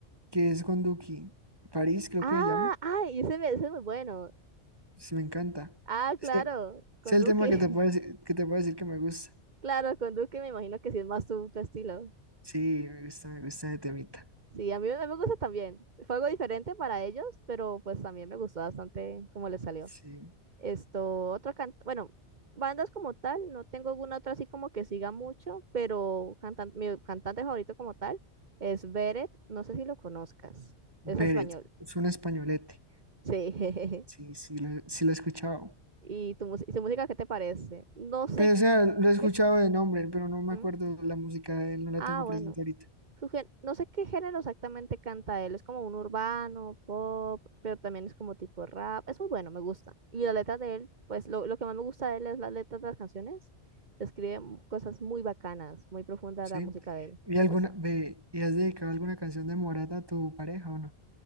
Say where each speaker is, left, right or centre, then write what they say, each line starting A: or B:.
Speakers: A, on the right; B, on the right.
A: que es con Duki. París, creo
B: Ah,
A: que se llama.
B: ay, ese, me- ese es muy bueno.
A: Sí, me encanta.
B: Ah,
A: Este,
B: claro, con
A: es el
B: Duque.
A: tema que te puedo decir,
B: <laughs>
A: que te puedo decir que me gusta.
B: Claro, con Duque me imagino que sí es más tu, tu estilo.
A: Sí, me gusta, me gusta de temita.
B: Sí, a mí, a mí me gusta también. Fue algo diferente para ellos, pero pues también me gustó bastante cómo les salió.
A: Sí.
B: Esto, otro can- bueno, bandas como tal, no tengo alguna otra así como que siga mucho, pero cantan- mi cantante favorito como tal es Beret, no sé si lo conozcas,
A: Beret,
B: es español.
A: es un españolete.
B: Sí.
A: Sí, sí, lo, sí lo he escuchado.
B: <laughs> ¿Y tu, mus- y su música qué te parece? No sé
A: pero o sea, lo he escuchado
B: qué...
A: de nombre, pero no me
B: ¿Mm?
A: acuerdo la música de él, no la
B: Ah,
A: tengo
B: bueno.
A: presente ahorita,
B: Su gen- No sé qué género exactamente canta él. Es como un urbano, pop, pero también es como tipo rap. Es muy bueno, me gusta. Y la letra de él, pues lo, lo que más me gusta de él es las letras de las canciones. Escribe m- cosas muy bacanas, muy profunda
A: ¿sí?
B: la música de él.
A: ¿Y
B: Me
A: alguna,
B: gusta.
A: ve, y has dedicado alguna canción de Morata a tu pareja o no?